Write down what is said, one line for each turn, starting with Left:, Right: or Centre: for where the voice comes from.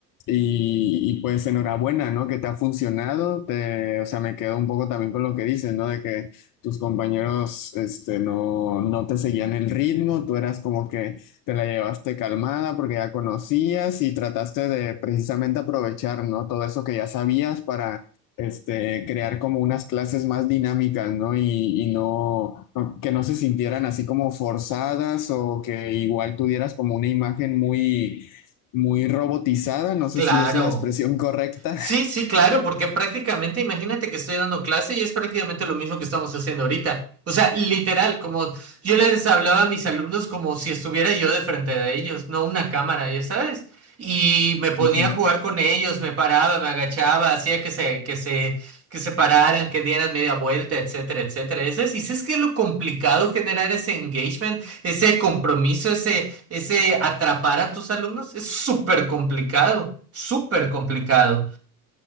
Left: y, y, pues enhorabuena, ¿no? Que te ha funcionado. Te, o sea, me quedo un poco también con lo que dices, ¿no? De que tus compañeros, este, no, no te seguían el ritmo, tú eras como que te la llevaste calmada porque ya conocías y trataste de precisamente aprovechar, ¿no? Todo eso que ya sabías para este, crear como unas clases más dinámicas, ¿no? Y, y no, no- que no se sintieran así como forzadas o que igual tuvieras como una imagen muy, muy robotizada, no sé
Right: Claro.
Left: si es la expresión correcta.
Right: Sí, sí, claro, porque prácticamente, imagínate que estoy dando clase y es prácticamente lo mismo que estamos haciendo ahorita. O sea, literal, como yo les hablaba a mis alumnos como si estuviera yo de frente de ellos, no una cámara, ya sabes. Y me ponía
Left: <laughs> Ujú.
Right: a jugar con ellos, me paraba, me agachaba, hacía que se, que se, que se pararan, que dieran media vuelta, etcétera, etcétera. Y sabes, y sabes que es lo complicado generar ese engagement, ese compromiso, ese, ese atrapar a tus alumnos, es súper complicado, súper complicado.